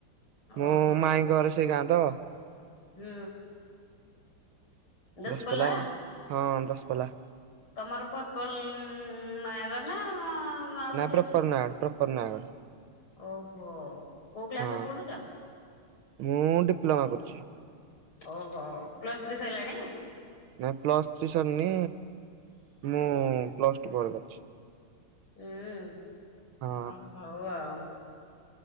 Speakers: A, on the right; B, on the left.
A: ମୋ
B: ଓହୋ
A: ମାଇଁ ଘରେ ସେଇ ଗାଁ ତ।
B: ହୁଁ ଦଶପଲ୍ଲା?
A: ଦଶପଲା ହଁ ଦଶପଲା।
B: ତମର ପର୍ପଲ ନୟାଗଡ଼ ନା ଆଉ
A: ନାଇଁ
B: କୋଉଠି
A: ପ୍ରପର
B: ଅଛି
A: ନୟାଗଡ଼ ପ୍ରପର ନୟାଗଡ଼
B: ଓହୋ କୋଉ କ୍ଲାସରେ
A: ହଁ
B: ପଢୁଛ?
A: ମୁଁ ଡିପ୍ଲୋମା କରୁଛି।
B: ଓହୋ ପ୍ଲସ୍ ଥ୍ରି ସାରିଲାଣି।
A: ନାଇଁ ପ୍ଲସ୍ ଥ୍ରୀ ସରିନି ମୁଁ ପ୍ଲସ୍ ଟୁ ପରେ କରିଛି।
B: ହୁଁ
A: ହଁ
B: ଅ ହଉ ଆଉ।